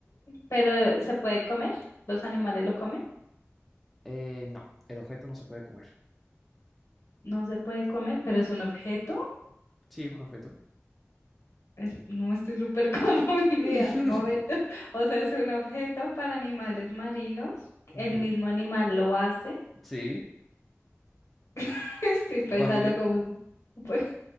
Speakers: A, on the left; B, in the centre.
A: Pero ¿se puede comer? ¿Los animales lo comen?
B: Eh, no, el objeto no se puede comer.
A: No se puede comer, pero es un objeto.
B: Sí, es un objeto.
A: Es- no estoy súper <laughs> confundida.
B: <laughs>
A: Momento. O sea, es un objeto para animales marinos. El
B: Ujú,
A: mismo animal lo hace.
B: Sí,
A: <laughs> Estoy pensando
B: vas bien.
A: como... pues,